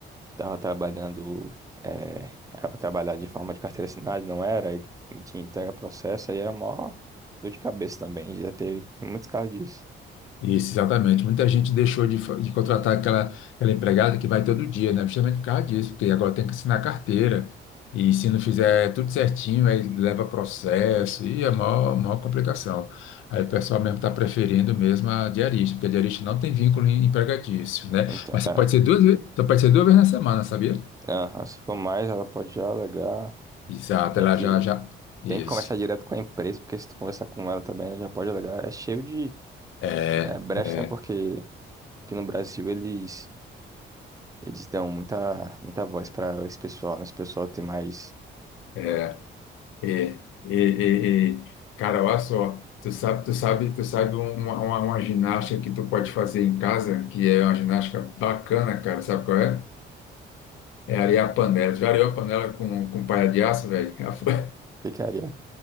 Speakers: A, on the right; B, on the left.
A: estava trabalhando, eh, era para trabalhar de forma de carteira assinada, e não era, e te entrega processo, aí é mó dor de cabeça também, já teve, tem muitos casos disso.
B: Isso, exatamente. Muita gente deixou de, fa- de contratar aquela, aquela empregada que vai todo dia, né? Justamente por causa disso, porque agora tem que assinar carteira. E se não fizer tudo certinho, aí leva processo e é maior, maior complicação. Aí o pessoal mesmo está preferindo mesmo a diarista, porque a diarista não tem vínculo em- empregatício, né?
A: Então,
B: Mas só
A: é,
B: pode ser duas, ve- só pode ser duas vezes na semana, sabia?
A: aham, se for mais, ela pode já alegar,
B: Exato,
A: tem
B: ela
A: que,
B: já, já. Isso.
A: tem que conversar direto com a empresa, porque se tu conversar com ela também, ela já pode alegar, é cheio de
B: É,
A: é, brecha,
B: é.
A: né, porque aqui no Brasil eles, eles dão muita, muita voz para esse pessoal, né, esse pessoal tem mais...
B: é. É, é, é, é. Cara, olha só, tu sabe, tu sabe, tu sabe um- uma, uma, uma ginástica que tu pode fazer em casa, que é uma ginástica bacana, cara, sabe qual é? É arear a panela. Já areou a panela com, com palha de aço, velho? <laughs>
A: Ficaria.